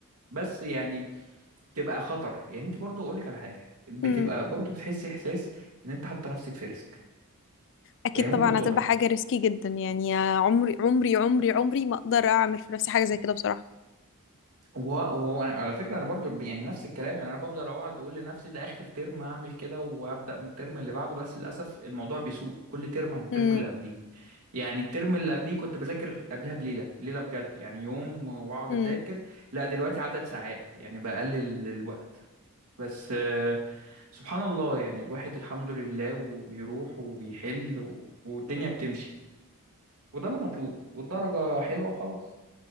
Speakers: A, on the right; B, on the left.
A: بس يعني تبقى خطر يعني انت برضو اقول لك على حاجه بتبقى
B: مم.
A: برضو بتحسي احساس ان انت حاطه نفسك في ريسك
B: اكيد
A: يعني ممكن
B: طبعا
A: تقعي
B: هتبقى حاجة ريسكي جدا يعني يا عمري عمري عمري عمري ما اقدر اعمل في نفسي حاجة زي كده بصراحة
A: وعلى فكرة أنا برضو يعني نفس الكلام يعني أنا بفضل أقعد أقول لنفسي ده آخر ترم هعمل كده وهبدأ من الترم اللي بعده بس للأسف الموضوع بيسوء كل ترم عن الترم
B: مم.
A: اللي قبليه يعني الترم اللي قبليه كنت بذاكر قبلها بليلة ليلة بجد يعني يوم وأقعد
B: مم.
A: أذاكر لا دلوقتي عدد ساعات يعني بقلل الوقت بس آه، سبحان الله يعني الواحد الحمد لله وبيروح وبيحل و- والدنيا بتمشي وده اللي مطلوب والدرجة حلوة وخلاص